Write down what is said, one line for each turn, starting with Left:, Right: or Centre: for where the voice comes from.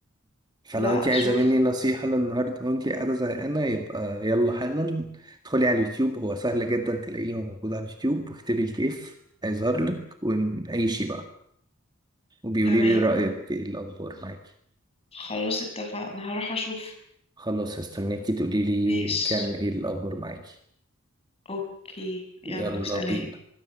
Right: فلو
Left: لا
Right: انت عايزة
Left: شوف
Right: مني نصيحة للنهاردة وانت قاعدة زهقانة يبقى يلا حالا ادخلي على اليوتيوب هو سهل جدا تلاقيه موجود على اليوتيوب واكتبي الكيف هيظهر لك ونعيشي بقى وبيقولي
Left: تمام
Right: لي رأيك ايه الأخبار معاكي
Left: خلاص اتفقنا هروح اشوف
Right: خلاص هستناكي تقولي لي
Left: ماشي
Right: كان ايه الأخبار معاكي
Left: اوكي يلا
Right: يلا
Left: سلام
Right: بينا